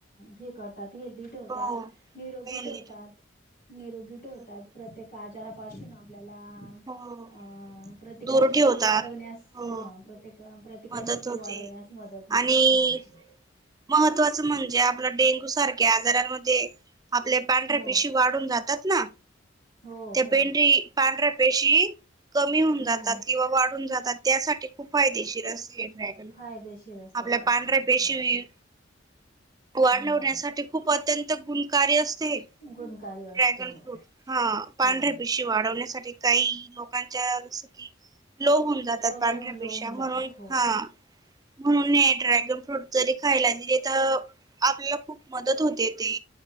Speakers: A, on the left (about 45°); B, on the right (about 20°).
A: हे करतात. हेल्दी ठेवतात.
B: हो वेली
A: निरोगी ठेवतात. निरोगी ठेवतात.
B: बरोबर
A: प्रत्येक आजारापासून आपलेला हम
B: हो
A: प्रतिकार
B: दूर
A: शक्ती
B: ठेवतात
A: वाढण्यास
B: हो
A: ह. प्रत्येक प्रतिकारशक्ती
B: मदत होते
A: वाढवण्यास मदत होते
B: आणि
A: फळांची.
B: महत्त्वाचं म्हणजे आपलं डेंगू सारख्या आजारांमध्ये आपल्या पांढऱ्या
A: हो
B: पिशी वाढून जातात ना.
A: हो
B: त्या
A: हो
B: पेंढरी पांढऱ्या पेशी कमी होऊन
A: हम्म
B: जातात किंवा वाढून जातात. त्यासाठी खूप फायदेशीर अस हे ड्रॅगन
A: फायदेशीर असतो
B: आपल्या
A: ड्रॅगन
B: पांढऱ्या
A: फ्रूट
B: पेशी
A: बरोबर
B: वाढवण्यासाठी
A: हो
B: खूप अत्यंत गुणकारी असते.
A: गुणकार्य असतो
B: ड्रॅगन
A: हो
B: फ्रूट. हा पांढऱ्या
A: हो
B: पिशी वाढवण्यासाठी काही लोकांच्या जस की लो होऊन जातात
A: कमी
B: पांढऱ्या
A: लो
B: पेशा
A: होऊन
B: म्हणून
A: जातात हो
B: हा. म्हणून ड्रॅगन फ्रूट जरी खायला दिले तर आपल्याला खूप मदत होते ते.